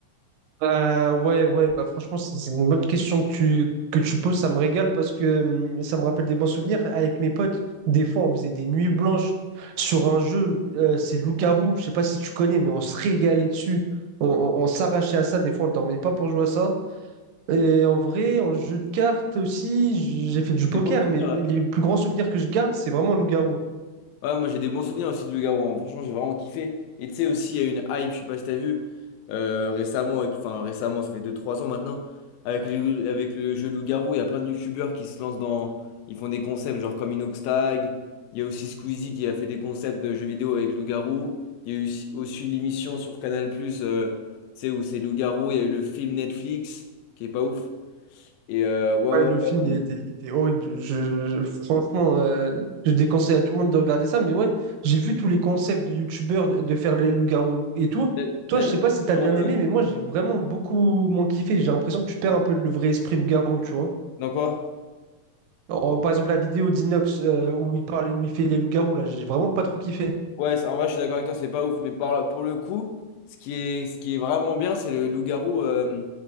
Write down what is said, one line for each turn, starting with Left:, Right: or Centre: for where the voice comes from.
Right: Euh, ouais, ouais, bah franchement, c'est c'est une bonne question que tu, que tu poses, ça me régale parce que hum, ça me rappelle des bons souvenirs. Avec mes potes, des fois, on faisait des nuits blanches sur un jeu, euh, c'est Loup-garou, je sais pas si tu connais, mais on se régalait dessus. On, on- on s'arrachait à ça, des fois, on dormait pas pour jouer à ça. Et en vrai, en jeu de cartes aussi, j'ai fait du poker,
Left: C'est bon,
Right: mais
Left: ça
Right: les plus grands souvenirs que je garde, c'est vraiment Loup-garou.
Left: Ouais, moi j'ai des bons souvenirs aussi de Le Garon. Franchement, j'ai vraiment kiffé. Et tu sais aussi, il y a eu une hype, je sais pas si t'as vu, euh, récemment, avec- enfin récemment, ça fait deux trois ans maintenant, avec le, avec le jeu Loup-Garou, il y a plein de youtubeurs qui se lancent dans. Ils font des concepts genre comme Inoxtag. Il y a aussi Squeezie qui a fait des concepts de jeux vidéo avec Loup-Garou. Il y a eu aussi aussi l'émission sur Canal+, euh, tu sais, où c'est Loup-Garou. Il y a eu le film Netflix, qui est pas ouf. Et euh, ouais,
Right: Ouais,
Left: ouais,
Right: le film,
Left: ouais.
Right: il était, il était horrible. Je, je- franchement, euh, je déconseille à tout le monde de regarder ça. Mais ouais, j'ai vu tous les concepts de youtubeurs de, de faire les loups-garous et tout.
Left: T'as
Right: Toi,
Left: t'as
Right: je
Left: vu
Right: sais
Left: le
Right: pas
Left: truc
Right: si t'as
Left: sur.
Right: bien aimé,
Left: euh,
Right: mais moi, j'ai vraiment beaucoup moins kiffé. J'ai l'impression que tu perds un peu le vrai esprit loup-garou, tu vois.
Left: dans quoi?
Right: En- par exemple, la vidéo d'Inox euh, où il parle, où il fait les loups-garous, là, j'ai vraiment pas trop kiffé.
Left: Ouais, c'est- en vrai, je suis d'accord avec toi, c'est pas ouf. Mais par- pour le coup, ce qui est, ce qui est vraiment bien, c'est le loup-garou euh,